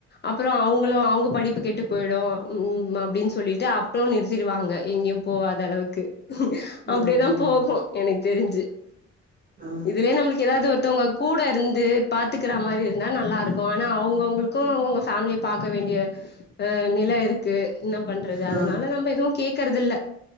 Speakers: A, on the left; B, on the right.
A: அப்றோ அவுங்களு அவுங்க படிப்பு கெட்டு போயிடு ம்ம் அப்டின்னு சொல்லிட்டு அப்றோ நிறுத்திடுவாங்க எங்கியும் போவாத அளவுக்கு அப்டிதான்
B: ம் ம்
A: போகும் எனக் தெரிஞ்சு
B: ம்
A: இதுலயே நம்ளுக்கு ஏதாது ஒருத்தங்க கூட இருந்து பாத்துக்ற மாரி இருந்தா நல்லருக்கும் ஆனா அவுங்க கவுங்களுக்கும் அவங்கவுங்க ஃபேமிலிய பாக்க வேண்டிய நில இருக்கு என்ன பண்றது
B: ம்
A: அதுனால நம்ம எதுவும் கேக் கறது இல்ல